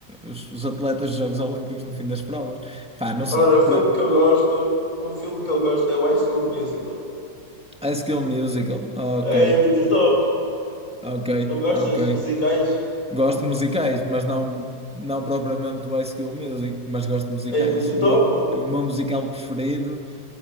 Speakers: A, in the centre; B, on the left.
A: os, os atletas dos Jogos Olímpicos no fim das provas. Pá, não sei.
B: Ah, Mano,
A: Pro-
B: o filme que eu gosto, um filme que eu gosto é o High School Musical.
A: High School Musical. Ok,
B: É muito top.
A: ok,
B: Não gostas
A: ok.
B: de musicais?
A: Gosto de musicais, mas não, não propriamente do High School Music, mas gosto de musicais.
B: É muito
A: O meu,
B: top, mano.
A: o meu musical preferido.